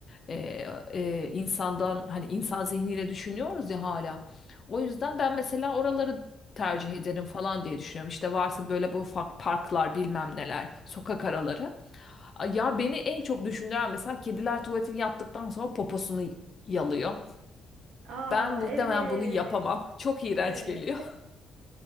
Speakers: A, on the left; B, on the right.
A: E, e, insandan hani insan zihniyle düşünüyoruz ya hala. O yüzden ben mesela oraları tercih ederim falan diye düşünüyorum. İşte varsa böyle bu ufak parklar bilmem neler sokak araları. A- Ya beni en çok düşündüren mesela kediler tuvaletini yaptıktan sonra poposunu yalıyor.
B: Aa
A: Ben muhtemelen
B: evet.
A: bunu yapamam. <laughs> Çok iğrenç
B: Evet.
A: geliyor. <laughs>